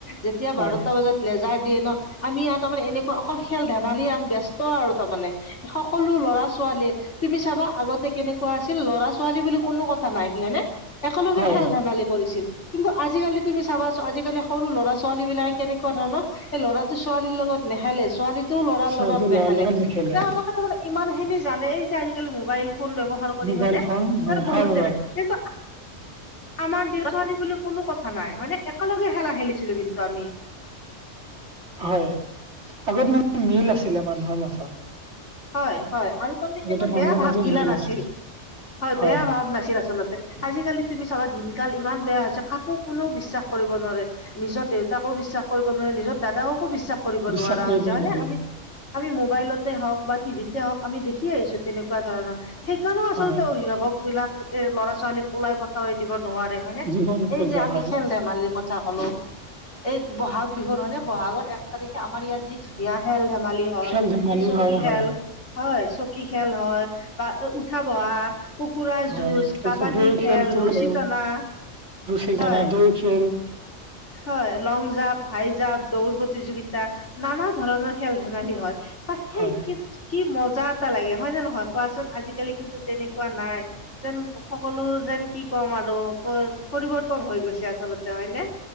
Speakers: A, on the left; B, on the right.
A: যেতিয়া
B: হয়
A: বাৰটা বজাত লেজাৰ দিয়ে ন আমি আৰু তাৰমানে এনেকুৱা অকল খেল ধেমালি আমি ব্যস্ত আৰু তাৰমানে সকলো ল'ৰা ছোৱালীয়ে তুমি চাবা আগতে কেনেকুৱা আছিল ল'ৰা ছোৱালী বুলি কোনো কথা নাই কি হয়নে একেলগে
B: হয়
A: খেল ধেমালি কৰিছিল কিন্তু আজিকালি তুমি চাবা আজিকালি সৰু ল'ৰা ছোৱালী বিলাকে কেনেকুৱা ধৰণৰ। এ ল'ৰাটো ছোৱালীৰ লগত নেহেলে ছোৱালী- তো ল'ৰাৰ
B: সিহঁতি
A: লগত নেখালে
B: ল'ৰাৰ লগত নেখেলে
A: তেওঁলোকে মানে ইমান খিনি জানেই যে আজিকালি মোবাইল- ফোন ব্যৱহাৰ কৰি
B: মোবাইল
A: হয় নে ত
B: ফোন হয়
A: বহুত
B: হয়
A: জানে
B: হয়
A: কিন্তু আহ- আমাক দেছোৱালী বুলি কোনো কথা নাই হয়নে একেলগে খেলা খেলিছিলো কিন্তু আমি।
B: হয়ঁ আগত মানে মিল আছিলে মানুহৰ মাজত।
A: হয়ঁ হয়ঁ আৰু তাৰমানে
B: আগতে মানুহৰ
A: বেয়া ভাৱগিলা
B: মাজত মিল
A: নাছিল
B: আছিলে
A: হয়ঁ
B: হয়
A: বেয়া ভাৱ নাছিল আচলতে। আজিকালি তুমি চাবা দিনকাল ইমান বেয়া হৈছে কাকো কোনেও বিশ্বাস কৰিব নোৱাৰে। নিজৰ দেউতাকো বিশ্বাস কৰিব নোৱাৰে নিজৰ দাদাককো বিশ্বাস কৰিব
B: বিশ্বাস
A: নোৱাৰা
B: কৰিব
A: হৈছে
B: নোৱাৰি
A: হয়নে আমি- আমি মোবাইলতে হওঁক বা টিভিতে হওঁক আমি দেখি আহিছো তেনেকুৱা ধৰণৰ। সেইকাৰণেও আচলতে
B: হয়
A: অভিভাৱক বিলাক এ ল'ৰা ছোৱালীক ওলাই পৰ দিব নোৱাৰে হয়ঁ নে
B: জীৱন উপজা
A: এই যে আমি
B: হয়
A: খেল ধেমা- ধেমালিৰ কথা কলো এই বহাগ বিহুৰ নহয় নে বহাগৰ এক তাৰিখে আমাৰ ইয়াত যি ধুনীয়া খেল ধেমালি হয়ঁ
B: খেল ধেমালি
A: এই চকী
B: হয়
A: খেল
B: হয়
A: হয়ঁ চকী খেল হয়ঁ। বা উঠা বহা। কুকুৰৰা
B: হয়
A: যুঁজ
B: তাৰপিছত
A: কাবাডী
B: দৌৰ
A: খেল
B: খেলটো
A: ৰছী
B: হয়
A: টনা
B: ৰুচি জানা
A: হয়ঁ।
B: দৈ খেল।
A: হয়ঁ লং জাম্প হাই জাম্প দৌৰ প্ৰতিযোগিতা নানা ধৰণৰ খেল ধেমালি হয়ঁ। তাত সেই
B: হয়
A: কি কি মজা এটা লাগে হয়ঁ নে নহয় কোৱাচোন আজিকালি কিন্তু তেনেকুৱা নাই। যেন সকলো যেন কি ক'ম আৰু পৰিৱৰ্তন হৈ গৈছে আচলতে হয়নে?